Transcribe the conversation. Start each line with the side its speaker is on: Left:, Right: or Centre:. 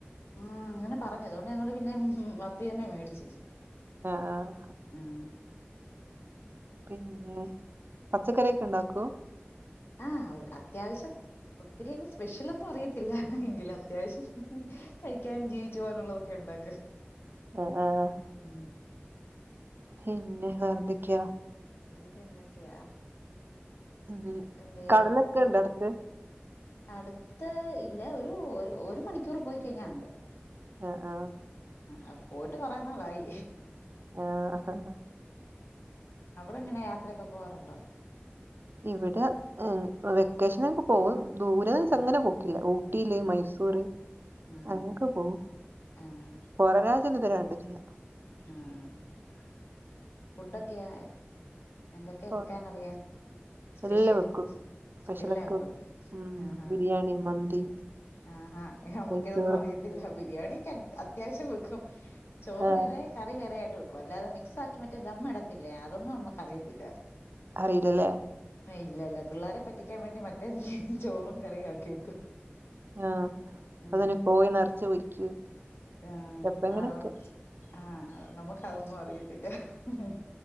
Left: ഉം അങ്ങനെ പറഞ് അതോണ്ട് ഞങ്ങള് പിന്നെ മത്തി തന്നെ മേടിച്ച്
Right: ആഹ് ആഹ്
Left: ആഹ്
Right: പിന്നെ പച്ചക്കറിയൊക്കെ ഉണ്ടാക്കോ?
Left: ആഹ്‌ ഒരു അത്യാവശ്യം ഒത്തിരിയങ്ങ് സ്പെഷ്യൽ ഒന്നും അറിയത്തില്ല ഇല്ല എങ്കിലും അത്യാവശ്യം കഴിക്കാനും ജീവിച്ചു പോകാനുള്ളതൊക്കെ ഉണ്ടാക്ക
Right: ആഹ്‌ ആഹ്‌
Left: ഉം
Right: പിന്നെ വേറെന്തൊക്കെയാ
Left: വേറെന്തൊക്കെയാ
Right: ഉം
Left: എന്തേ
Right: കടലൊക്കെ
Left: പോ-
Right: ഇണ്ടോ അടുത്ത്
Left: അടുത്ത ഇല്ല ഒരു ഒരു മണിക്കൂർ പോയി കഴിഞ്ഞ ഒണ്ട്
Right: ആഹ്‌ ആഹ്‌
Left: ആഹ്‌ പോയിട്ട് കൊറെനാളായി.
Right: ആഹ്‌ ആഹ
Left: അവിടെ എങ്ങനെയാ യാത്രയൊക്കെ പോവാറുണ്ടോ?
Right: ഇവിടെ ഉം വെക്കേഷനൊക്കെ പോകും. ദൂരെന്ന് വെച്ചാ
Left: ആഹ്
Right: അങ്ങനെ പോക്കില്ല ഊട്ടിയില്
Left: ആഹ്
Right: മൈസൂര്
Left: ആഹ്
Right: അങ്ങനെയക്കെ പോകും
Left: ആഹ്
Right: പൊറം രാജ്യം ഒന്നും ഇതുവരെ കണ്ടിട്ടില്ല
Left: ആഹ് ആഹ് ഫുഡൊക്കെയാ എന്തൊക്കെ
Right: അപ്പൊ
Left: വെക്കാനറിയാം സ്പെഷ്യല്
Right: എല്ലാം വെക്കും സ്പെഷ്യലൊക്കെ
Left: എല്ലായാക്കും
Right: വെക്കും ഉം
Left: ആഹ്
Right: ബിരിയാണി മന്തി
Left: ആഹ് ഹാ നമുക്കിതൊന്നും
Right: നെയ്ച്ചോറ്
Left: അറിയത്തില്ല ബിരിയാണിക്കെ- അത്യാവശ്യം വെക്കും ചോറ്
Right: ആഹ്
Left: വേറെ കറി വേറൊയിട്ട് വെക്കും അല്ലാതെ മിക്സ് ആക്കി മറ്റേ ദമ്മടത്തില്ലേ അതൊന്നും നമ്മുക്ക് അറിയത്തില്ല.
Right: അറിയില്ലല്ലേ
Left: ഇല്ലല്ല പിള്ളാരെ പറ്റിക്കാൻ വേണ്ടി മറ്റേതിഹ് ചോറും കറിയും ആക്കി വെക്കും.
Right: ആഹ്
Left: ഉം
Right: അതനെ കോയി നെറച്ച് പൊരിക്കും
Left: ആഹ്
Right: എപ്പങ്ങനെയെക്കെ
Left: അതൊന്നും ആഹ് നമ്മക്ക് അതൊന്നും അറിയത്തില്ലഹ്ഹ്ഹ